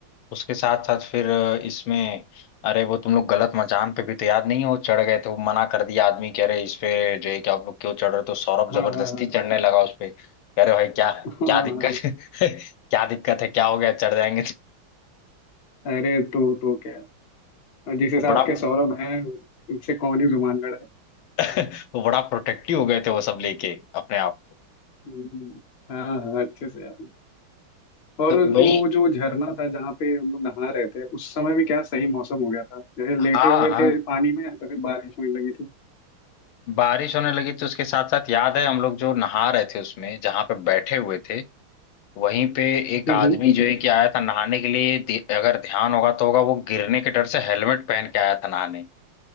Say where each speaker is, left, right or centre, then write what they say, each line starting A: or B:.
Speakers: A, on the left; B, on the left.
A: उसके साथ साथ फिर अ, इसमें अरे वो तुम लोग गलत मचान पे भी तो याद नहीं है वो चढ़ गए थे वो मना कर दिया आदमी कि अरे इस पे जो है कि आप लोग क्यों चढ़ रहे हो तो सौरभ
B: हाँ
A: जबरदस्ती
B: हाँ
A: चढ़ने लगा उस पे कह रहे भाई क्या
B: हाँ
A: क्या
B: हाँ,
A: दिक्कत
B: हाँ।
A: है <laughs> क्या दिक्कत है क्या हो गया चढ़ जाएंगे तो।"
B: अरे तो तो क्या और जिस हिसाब
A: वो बड़ा
B: के सौरभ हैं उनसे कौन ही जुबान लड़ाए
A: <laughs> वो बड़ा प्रोटेक्टिव हो गए थे वो सब लेके अपने आप को
B: हम्म, हाँ हाँ अच्छे से याद है। और
A: तो वही
B: वो जो झरना था जहाँ पे हम लोग नहा रहे थे उस समय भी क्या सही मौसम हो गया था जैसे
A: हाँ
B: लेटे हुए
A: हाँ
B: थे पानी में तभी बारिश होने लगी थी
A: बारिश होने लगी तो उसके साथ साथ याद है हम लोग जो नहा रहे थे उसमें जहां पे बैठे हुए थे वहीं पे एक
B: हम्म
A: आदमी
B: हम्म।
A: जो है कि आया था नहाने के लिए दे- अगर ध्यान होगा तो होगा वो गिरने के डर से हेलमेट पहन के आया था नहाने